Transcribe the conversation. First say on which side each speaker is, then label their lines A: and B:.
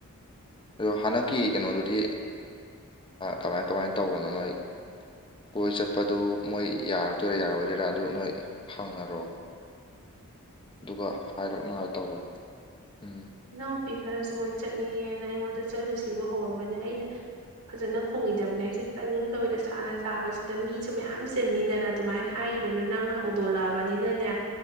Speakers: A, on the left; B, on the right.
A: ꯑꯗꯣ ꯍꯟꯗꯛꯀꯤ ꯀꯩꯅꯣꯗꯨꯗꯤ ꯀꯃꯥꯏ ꯀꯃꯥꯏꯅ ꯇꯧꯕꯅꯣ ꯅꯣꯏ ꯀꯣꯏ ꯆꯠꯄꯗꯨ ꯃꯣꯏ ꯌꯥꯔꯛꯇꯣꯏꯔꯥ ꯌꯥꯔꯔꯣꯏꯗꯣꯏꯔꯥ ꯑꯗꯨ ꯅꯣꯏ ꯍꯪꯅꯔꯣ ꯑꯗꯨꯒ ꯍꯥꯏꯔꯛꯅꯉꯥꯏ ꯇꯧꯔꯣ ꯎꯝ
B: ꯏꯅꯥꯎꯨꯄꯤ ꯈꯔꯁꯨ ꯃꯣꯏ ꯆꯠꯅꯤꯡꯉꯦꯅ ꯑꯩꯉꯣꯟꯗ ꯆꯠꯂꯨꯁꯤꯕ ꯍꯧꯔꯝꯕꯅꯦ ꯑꯩꯅ ꯐꯖꯅ ꯈꯣꯡꯈꯤꯗꯕꯅꯦ ꯑꯩꯁꯨꯦ ꯇꯟꯒꯨꯝꯗꯗ ꯁꯥꯅ ꯁꯥꯕꯁꯤꯗ ꯃꯤꯁꯨ ꯃꯌꯥꯝ ꯆꯤꯟꯅꯤꯗꯅ ꯑꯗꯨꯃꯥꯏꯅ ꯍꯥꯏ ꯍꯕꯅ ꯅꯪꯅ ꯍꯧꯗꯣꯂꯛꯑꯕꯅꯤꯅꯅꯦ